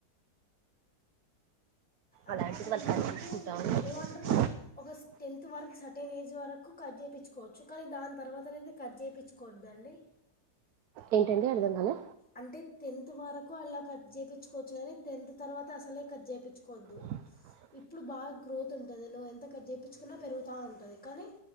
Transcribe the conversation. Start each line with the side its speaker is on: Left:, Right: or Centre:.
Centre: అంటే
Right: అలాంటిది
Centre: ఏంటిదంటే
Right: వాళ్ళు కట్ చేసుకుంటా ఉంటున్నారు
Centre: ఏమంటారు ఒక టెన్త్ వరకు సట్ సర్టీన్ ఏజ్ వరకు కట్ చేయించుకోవచ్చు కానీ దాని తర్వాత అనేతే కట్ చేయించుకోదండి
Right: ఏంటండి అర్థం కాలా
Centre: అంటే టెన్త్ వరకు అలా కట్ చేయించుకోవచ్చు కానీ టెన్త్ తర్వాత అసలే కట్ చేయించుకోవద్దు
Right: అ
Centre: ఇప్పుడు బాగా గ్రోత్ ఉంటది నువ్వు ఎంత కట్ చేయించుకున్నా పెరుగు వస్తా ఉంటుంది కానీ